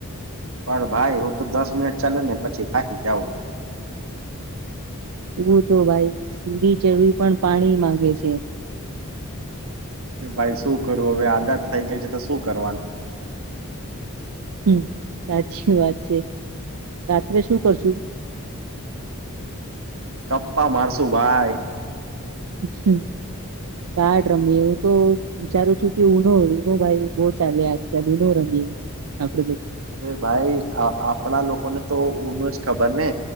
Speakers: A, on the right; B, on the right.
A: પણ ભાઈ હું તો દસ મિનિટ ચાલ્યું ને પછી થાકી જાઉં
B: એવું તો ભાઈ સીડી ચડવી પણ પાણી માંગે છે
A: અરે ભાઈ શું કરું હવે આદત થઈ ગઈ છે તો શું કરવાનું
B: હમ સાચી વાત છે રાત્રે શું કરશુ
A: કપ્પા મારશું ભાઈ
B: <unintelligible> કાડ રમીએ હું તો વિચારું છું કે ઉનો ઉનો ભાઈ બહ ચાલે આજકાલ નો રમીએ આપડે
A: અરે ભાઈ આપણા લોકોને તો ન જ ખબર ને